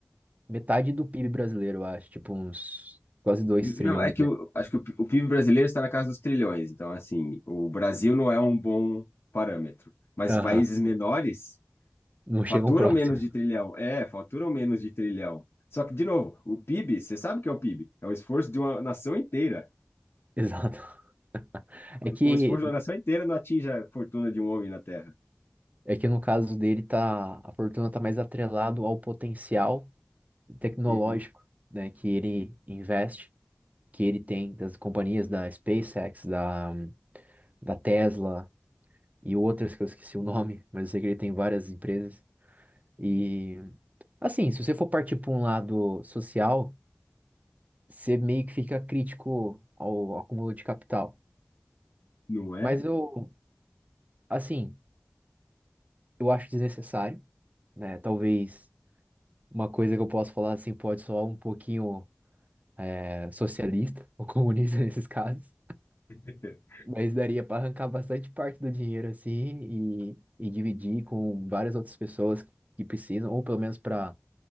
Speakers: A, on the right; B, on the left.
A: metade do PIB brasileiro, eu acho. Tipo, uns quase dois
B: Não,
A: trilhões,
B: é que
A: né?
B: eu acho que o P- I- o PIB brasileiro está na casa dos trilhões, então assim, o Brasil não é um bom parâmetro, mas
A: Aham.
B: países menores
A: Não
B: Faturam
A: chegam próximo.
B: menos de
A: <laughs>
B: trilhão. É, faturam menos de trilhão. Só que, de novo, o PIB, você sabe o que é o PIB? É o esforço de uma nação inteira.
A: Exato. É que,
B: O esforço de uma nação inteira não atinge a fortuna de um homem na Terra.
A: é que no caso dele, tá, a fortuna tá mais atrelado ao potencial tecnológico,
B: Uhum.
A: né? Que ele investe, que ele tem das companhias da SpaceX, da, da Tesla e outras que eu esqueci o nome, <laughs> mas eu sei que ele tem várias empresas. E assim, se você for partir para um lado social, você meio que fica crítico ao acúmulo de capital.
B: Não é?
A: Mas eu, assim, eu acho desnecessário, né? Talvez uma coisa que eu posso falar assim pode soar um pouquinho é, socialista ou comunista <laughs> nesses casos.
B: <laughs>
A: Mas daria para arrancar bastante parte do dinheiro assim e, e dividir com várias outras pessoas que precisam, ou pelo menos para